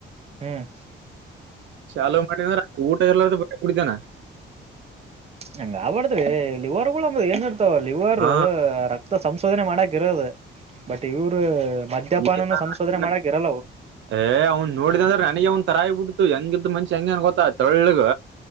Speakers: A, on the right; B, on the right.
A: ಹ್ಮ್.
B: ಚಾಲೋ ಮಾಡಿದ್ರ ಊಟ ಇರಲಾರದ ಬಿಟ್ಟ ಕುಡಿತಾನ.
A: ಹಂಗ ಆಗ್ಬಡ್ದ್ರಿ ಲಿವರ್ಗಳ ಅಂದ್ರ ಏನ್ಡ್ತಾವ ಲಿವರ್
B: ಹಾ
A: ರಕ ಸಂಶೋಧನೆ ಮಾಡಕ ಇರದ ಬಟ್ ಇವರು ಮದ್ಯಪಾನನು
B: ಈ ತರ
A: ಸಂಶೋಧನೆ ಮಾಡಕ ಇರಲ್ಲವು.
B: ಏ ಅವ್ನ್ ನೋಡಿದ ಅಂದ್ರೆ ನನಗ ಅವ್ನ್ ತರಾ ಆಗಿ ಬಿಡ್ತು ಹೆಂಗಿದ್ ಮನ್ಷಿ ಹೆಂಗೆ ಅನ್ ಗೊತ್ತಾ ತೆಳ್ಗ್.